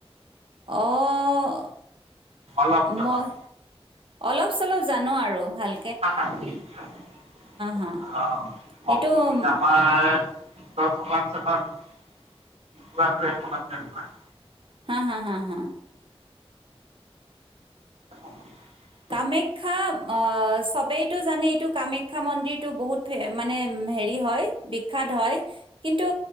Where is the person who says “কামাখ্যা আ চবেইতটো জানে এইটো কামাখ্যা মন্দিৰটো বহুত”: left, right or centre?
Right